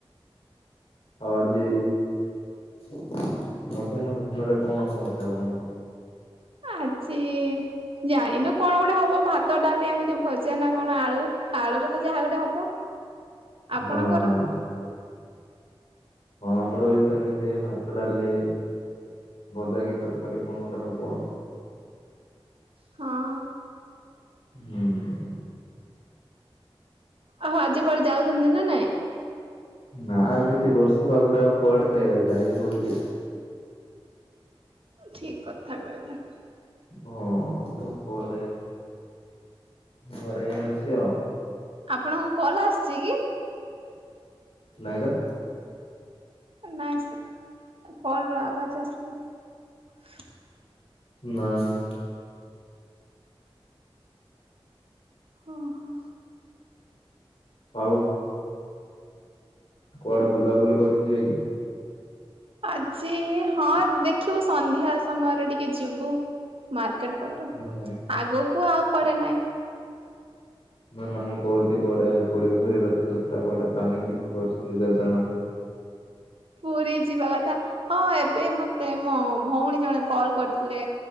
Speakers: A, on the left; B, on the right.
A: ଆଉ ଆଜି ମଧ୍ୟାହ୍ନ ଭୋଜଣ ରେ କଣ ହଉଛି ଆପଣଙ୍କର?
B: ଆଜି ଜାଣିନୁ କଣ ଗୋଟେ ହବ ଭାତ ଡାଲି ଏମିତି ଭଜା ନା କଣ ଆଳୁ। ଆଳୁରେ ତ ଯାହା ଗୋଟେ ହବ। ଆପଣଙ୍କର?
A: ହଁ ହଁ। ହଁ ଆମର ବି ସେମିତି ଭା ଡାଲେ ଭଜା କିି ତରକାରୀ କଣ ଗୋଟେ ହେବ।
B: ହଁ।
A: ହୁଁ।
B: ଆହ ଆଜି କୁଆଡେ ଯାଉଛନ୍ତି ନା ନାଇଁ?
A: ନା ଏମିତି ବର୍ଷା ପାାଗରେ ଆଉ ପଡେ ଯାଇ ହଉଛି।
B: ଠିକ କଥା କହିଲେ।
A: ହଁ ତ କୁଆଡେ ଘରେ ଅଛି ଆଉ।
B: ଆପଣଙ୍କ କଲ ଆସିଛି କି?
A: ନଇଁତ।
B: ନାଇଁ ସେ କଲର ଆବାଜ ଆସିଲା ତ।
A: ନା ନା।
B: ଓହୋ।
A: ଆଉ କୁଆଡେ ବୁଲାବୁଲି କରି ଯିବେ କି?
B: ଆଜି ହଁ ଦେଖିବୁ ସନ୍ଧ୍ୟା ସମୟରେ ଟିକେ ଯିବୁ ମାର୍କେଟ। ବାଟ
A: ହଁ
B: ଆଗକୁ ଆଉ ପଡେ ନାଇଁ।
A: ନା ନା ମୁଁ କହୁଚି କୁଆଡେ ପୁରୀ ଫୁରୀ ରଥଯାତ୍ରା କୁଆଡେ ପ୍ଲାନିଂ କିଛି କରୁଛନ୍ତି ଯୋଜନା?
B: ପୁରୀ ଯିବା କଥା ହଁ ଏବେ ମତେ ମୋ ଭୋଉଣୀ ଜଣେ କଲ କରିଥିଲେ।